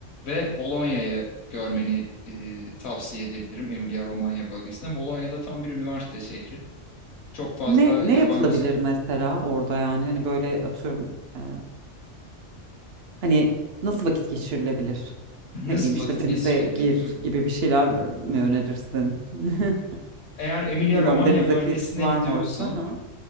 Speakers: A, on the left (about 60°); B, on the right (about 60°).
A: Ve Bolonya'yı görmeni e, tavsiye edebilirim Emilia-Romanya bölgesinde. Bolonya'da tam bir üniversite şehri. Çok fazla
B: Ne ne
A: yabancı
B: yapılabilir mesela orada yani hani böyle atıyorum e, hani nasıl vakit geçirilebilir?
A: nasıl
B: Ne bileyim işte
A: vakit
B: denize
A: geçirilebilir?
B: gir
A: Hmm.
B: gibi bir şeyler mi önerirsin? <laughs>
A: Eğer Emilia-Romanya
B: Bilmiyorum denize
A: bölgesine
B: kıyısı var
A: gidiyorsan
B: mı orası? Ha?